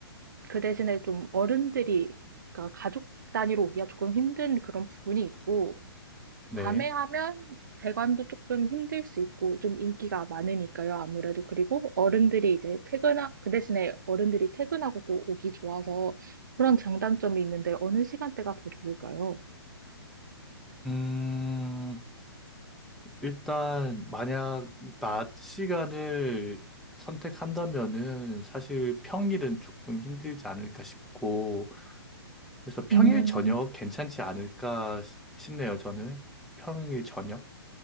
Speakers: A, on the right (about 50°); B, in the centre.
A: 그 대신에 좀 어른들이, 그러니까 가족 단위로 오기가 조금 힘든 그런 부분이 있고,
B: 네.
A: 밤에 하면 대관도 조금 힘들 수 있고, 좀 인기가 많으니까요, 아무래도. 그리고 어른들이 이제 퇴근하, 그 대신에 어른들이 퇴근하고 또 오기 좋아서 그런 장단점이 있는데, 어느 시간대가 더 좋을까요?
B: 음, 일단, 만약 낮 시간을 선택한다면은 사실 평일은 조금 힘들지 않을까 싶고, 그래서 평일
A: 음,
B: 저녁 괜찮지 않을까 싶- 싶네요, 저는. 평일 저녁?